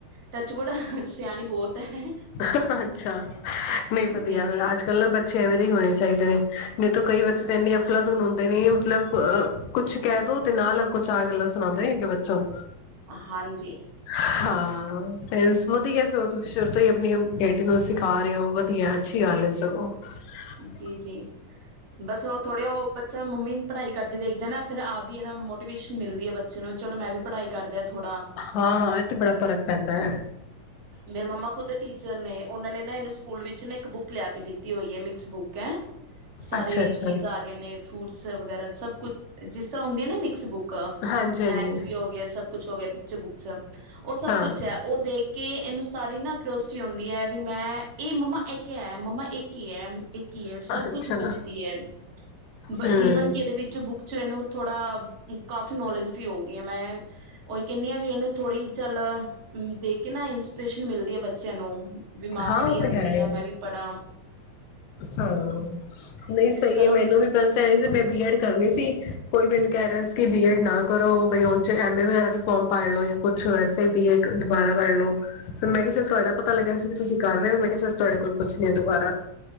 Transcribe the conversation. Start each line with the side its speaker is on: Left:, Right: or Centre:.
Right: ਟੱਚਵੁਡ ਸਿਆਣੀ ਬਹੁਤ ਹੈ।
Left: ਅੱਛਾ ਅੱਛਾ ਨਹੀਂ ਵਧੀਆ
Right: ਜੀ ਜੀ
Left: ਫਿਰ ਅੱਜ-ਕੱਲ੍ਹ ਨਾ ਬੱਚੇ ਐਵੇਂ ਦੇ ਹੀ ਹੋਣੇ ਚਾਹੀਦੇ ਨੇ। ਨਹੀਂ ਤਾਂ ਕਈ ਬੱਚੇ ਤਾਂ ਇੰਨੇ ਅਫਲਾਦੂਨ ਹੁੰਦੇ ਨੇ ਮਤਲਬਹ ਕੁੱਛ ਕਹਿ ਦੋ ਤੇ ਨਾਲ ਅੱਗੋਂ ਚਾਰ ਗੱਲਾਂ ਸੁਣਾਉਂਦੇ ਅੱਗੇ ਬੱਚੋਂ।
Right: ਹਾਂਜੀ
Left: ਹਾਂ <unintelligible> ਵਧੀਆ ਸਗੋਂ ਤੁਸੀਂ ਸ਼ੁਰੂ ਤੋਂ ਹੀ ਬੇਟੀ ਨੂੰ ਸਿਖਾ ਰਹੇ ਹੋ ਵਧੀਆ ਅੱਛੀ ਗੱਲ ਹੈ ਜੀ। <unintelligible>
Right: ਜੀ-ਜੀ ਬਸ ਉਹ ਥੋੜੇ ਉਹ ਬੱਚਾ ਮੰਮੀ ਨੂੰ ਪੜ੍ਹਾਈ ਕਰਦੇ ਦੇਖਦੇ ਨਾ ਫਿਰ ਆਪ ਵੀ ਇਹਦਾ ਮੋਟੀਵੇਸ਼ਨ ਮਿਲਦੀ ਹੈ ਬੱਚੇ ਨੂੰ ਚਲੋ ਮੈਂ ਵੀ ਪੜ੍ਹਾਈ ਕਰਦਾ ਥੋੜ੍ਹਾ।
Left: ਹਾਂ ਹਾਂ ਇਹ ਤੇ ਬੜਾ ਫ਼ਰਕ ਪੈਂਦਾ ਹੈ।
Right: ਮੇਰੇ ਮੰਮਾ ਖੁਦ ਟੀਚਰ ਨੇ ਉਹਨਾਂ ਨੇ ਨਾ ਇਹਨੂੰ ਸਕੂਲ ਵਿੱਚ ਨਾ ਇੱਕ ਬੁੱਕ ਲਿਆ ਕੇ ਦਿੱਤੀ ਦੀ ਹੋ ਇਹ ਮਿਕਸ ਬੁੱਕ ਹੈ। ਸਾਰੇ
Left: ਅੱਛਾ-ਅੱਛਾ,
Right: ਚੀਜ਼ ਆ ਗਏ ਨੇ ਫਰੂਟ ਸਰ ਵਗੈਰਾ ਸਭ ਕੁਝ ਜਿਸ ਤਰਾਂ ਹੁੰਦੀਆਂ ਨਾ ਮਿਕਸ ਬੁਕ
Left: ਹਾਂਜੀ-ਹਾਂਜੀ,
Right: ਰੈਮਸ ਵੀ ਹੋ ਗਿਆ ਸਭ ਕੁਛ ਹੋ ਗਿਆ ਉੇ ਬੁੱਕਸ ਉਹ ਸਭ
Left: ਹਾਂ
Right: ਕੁਛ ਹੈ ਉਹ ਦੇਖ ਕਿ ਇਹਨੂੰ ਸਾਰੀ ਨਾਰੋਸ਼ਟੀ ਆਉਂਦੀ ਹੈ ਵੀ ਮੈਂ ਇਹ ਮੰਮਾ ਇੱਕ ਹੈ ਮੰਮਾ ਇੱਕ ਕੀ ਹੈ ਇਕ ਹੀ ਐਸਾ
Left: ਅੱਛਾ,
Right: ਕੁਝ ਪੁੱਛਦੀ ਹਦੇ
Left: ਹੂੰ।
Right: ਵਿਚ ਚਲੋ ਥੋੜਾ ਕਾਫੀ ਨੌਲੇਜ ਵੀ ਹੋ ਗਈ ਆ ਮੈਂ ਉਹੀ ਕਹਿੰਦੀ ਆ ਵੀ ਇਹਨੂੰ ਥੋੜੀ ਚਲ ਦੇਖ ਕੇ ਨਾ ਇੰਸਪੀਰੇਸ਼ਨ ਮਿਲਦੀ ਆ ਬੱਚਿਆਂ ਨੂੰ ਵੀ ਮਾਂ
Left: ਹਾਂ
Right: ਪੜ੍ਹੀ
Left: ਉਹ
Right: ਜਾਂਦੀ
Left: ਤੇ
Right: ਹੈ
Left: ਈ।
Right: ਮੈਂ ਵੀ ਪੜ੍ਹਾ
Left: ਹਾਂ ਨਹੀਂ
Right: ਤੁਸੀਂ
Left: ਸਹੀ
Right: ਵੀ ਕਰੋ
Left: ਹੈ ਮੈਨੂੰ ਵੀ ਬੱਸ ਆ ਸੀ ਮੈਂ ਬੀਐਡ ਕਰਨੀ ਸੀ ਕੋਈ ਮੈਨੂੰ ਕਹਿ ਰਿਹਾ ਸੀ ਕਿ ਬੀ ਏਡ ਨਾ ਕਰੋ ਬਮ ਏ ਵਗੈਰਾ ਫਾਰਮ ਪਾ ਲੋਓ ਜਾਂ ਕੁਛ ਵਸੇ ਬੀਏ ਦੁਬਾਰਾ ਕਰ ਲ ਲੋ ਫਿਰ ਮੈਂ ਕਿਹਾ ਤੁਹਾਡਾ ਪਤਾ ਲੱਗਿਆ ਸੀ ਤੁਸੀਂ ਕਰ ਰਹੇ ਹੋ ਮੈਂ ਕਿਹਾ ਤੁਹਾਡ ਕੋਲ ਕੁੱਛ ਨ ਦੁਬਾਰਾ